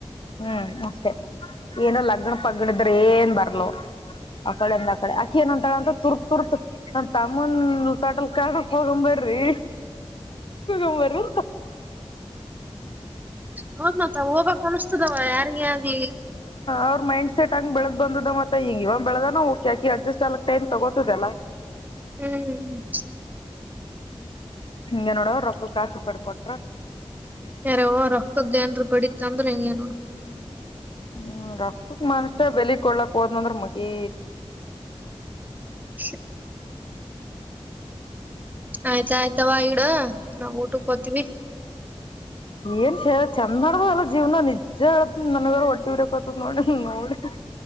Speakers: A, on the left; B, on the right.
A: ಹ್ಮ್ ಅಷ್ಟೇ ಏನೋ ಲಗ್ಣ ಪಗ್ಗಣಿದ್ರ ಏನ್ ಬರ್ಲವ ಅಕಡೆಂದ ಅಕಡೆ ಆಕಿ ಏನಂತಳ ಅಂತ ತುರ್ ತುರ್ತ್ ನಂದ ತಮ್ಮಂದ ತೊಟಲ್ ಕಕ್ ಹೋಗಂಬರ್ರಿ ಅಂಬರಿ
B: ಹೌದ್ ಮತ ಹೋಗಬಕ್ ಅನ್ಿಸ್ತದವ ಯಾರಿಗ ಹ್ಮ
A: ಅವ್ರ ಮೈಂಡ್ ಸೆಟ್ ಆಂಗಿ ಬೆಳೆ ಬಂದದ ಮತ್ತೆ ಈಂಗಗ ಇವನ್ ಬೆಳೆದಾನ ಹೋಗಕೆಾಕಿ ಅಡ್ಜಸ್ಟ್ ಆಗಕ್ ಟೈಮ್ ತಗೋತದಲ್ಲ
B: ಹ್ಮ್್ಮ
A: ಹಿಂಗ ನೋಡವ ರೊಕ್ಕ ಕಾಸಿ ಪಡ್ಕೊಟ್ರ
B: ಯಾರ ರಕ್ತದ್ದೇಏನ್ರ ಬಡ ಚಂದ್ರ ಏನು
A: ಹ್ಮ್ ಅಕ್ಕಕ್ ಮಷ್ಟ ಬೆಲಿಗ್ ಕೊಳ್ಳಕ್ ಹೋದ್ನಂದ್ರ ಮುಗಿ
B: ಹ ಆಯ್ತ ಆಯ್ತಾವ ಈಡ ನಾವ್ ಊಟಕ್ ಹೋತಿೀವಿ
A: ಏನ್ ಶೇ ಚಂದ ಮಾಡಡ್ದ ಅಲ್ಲ ಜೀವನ ನಿಜ ಅ್ದ ನನಗಾರ ಒಟ್ಟಿರಕೋತ ನೋಡಿ ನೋಡಿ